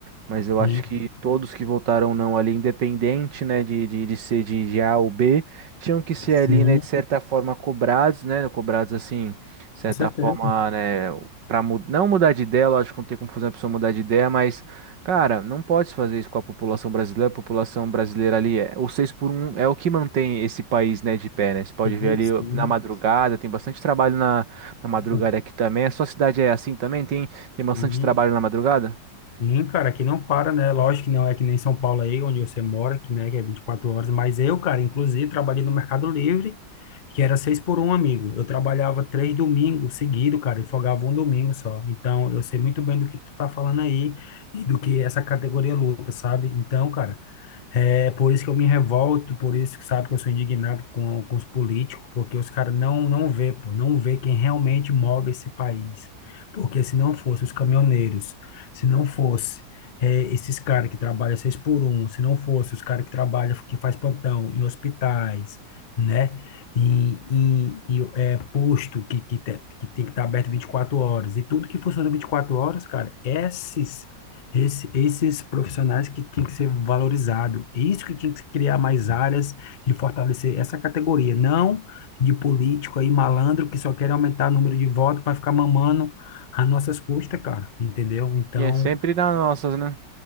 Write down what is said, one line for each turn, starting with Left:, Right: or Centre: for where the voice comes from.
Right: Mas eu
Left: sim,
Right: acho que todos que votaram não ali, independente, né, de, de, de ser de de A ou B, tinham que ser
Left: sim,
Right: ali, né, de certa forma cobrados, né, cobrados assim, de certa
Left: com certeza.
Right: forma, né, para não mudar de ideia, lógico, não tem como fazer uma pessoa mudar de ideia, mas cara, não pode fazer isso com a população brasileira, a população brasileira ali é, o 6 por um é o que mantém esse país, né, de pé, né? Você pode
Left: Sim,
Right: ver ali
Left: sim,
Right: ó, na madrugada,
Left: sim,
Right: tem bastante trabalho na, na madrugada
Left: sim.
Right: aqui também. A sua cidade é assim também? Tem tem bastante
Left: Sim,
Right: trabalho na madrugada?
Left: Sim, cara, que não para, né? Lógico que não é que nem São Paulo aí, onde você mora, que, né, que é 24 horas, mas eu, cara, inclusive, trabalhei no Mercado Livre que era seis por um, amigo. Eu trabalhava três domingos seguido, cara, e folgava um domingo só. Então, eu sei muito bem do que tu tá falando aí e do que essa categoria luta, sabe? Então, cara, é por isso que eu me revolto, por isso que sabe que eu sou indignado com, com os políticos, porque os caras não não vê, pô, não vê quem realmente move esse país. Porque se não fosse os caminhoneiros, se não fosse é, esses caras que trabalham seis por um, se não fosse os caras que trabalham, que faz plantão em hospitais, né? E, e, e é, posto que, que, te- que tem que estar aberto 24 horas, e tudo que funciona 24 horas, cara, esses esse, esses profissionais que tinham que ser valorizados, É isso que tinha que se criar mais áreas e fortalecer essa categoria, não de político aí malandro que só quer aumentar o número de votos para ficar mamando às nossas custas, cara, entendeu? Então,
Right: E é sempre nas nossas, né?